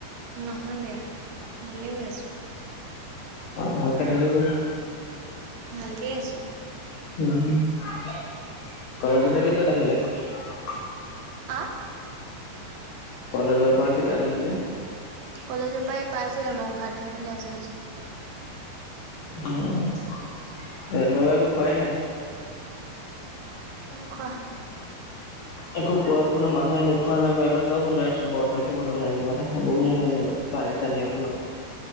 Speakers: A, on the right; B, on the left.
A: নহয় বেয়া ভালে হৈ আছো।
B: ভালকে থাকিব।
A: ভালকে আছো।
B: <unintelligible>
A: আহ।
B: কলেজৰ পৰা কেইটাত আহিলে।
A: কলেজ পৰা পাইছোৱে মোক হাত ধূই মানে আজোৰি হৈছো।
B: উম, ৰাতিপুৱাৰ পৰা একো খুৱাই নাই।
A: নাই খোৱা।
B: আকৌ কোৱা শুনো মানুহে নোখোৱা বেমাৰৰ তই বোলে ইয়াত ব্ৰত ৰাখিব নালাগে। কিবা এটা খাবও লাগে। পানী, চানি অকমান।